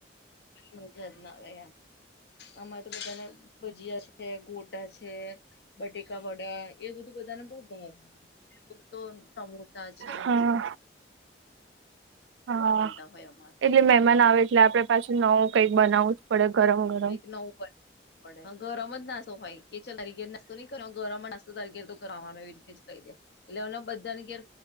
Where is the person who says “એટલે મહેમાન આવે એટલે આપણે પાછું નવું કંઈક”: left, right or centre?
Right